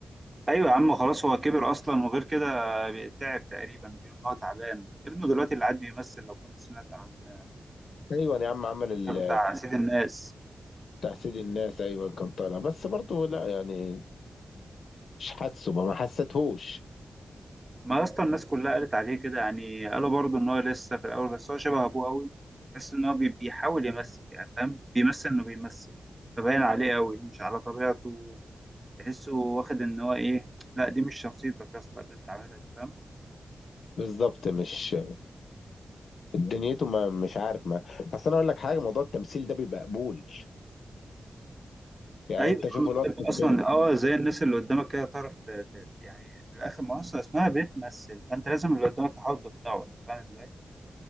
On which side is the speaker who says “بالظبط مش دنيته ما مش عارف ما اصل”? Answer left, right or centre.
Left